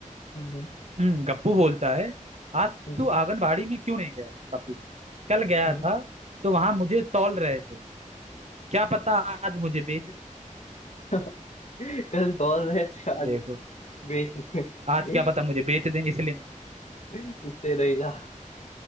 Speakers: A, on the left; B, on the right.
A: हम्म
B: हम्म, गप्पू बोलता है आज
A: हम्म
B: तू
A: हम्म
B: आंगनबाड़ी में क्यों नहीं गया पप्पू कल गया
A: हम्म।
B: था तो वहां मुझे तौल रहे थे क्या पता आज मुझे बेच दें
A: <laughs> कल दौड़ रहे थे आज
B: देखो
A: बेच रहे
B: आज
A: हैं।
B: क्या पता मुझे बेच दें इसलिए नहीं
A: <laughs> इसलिए नहीं जा रहा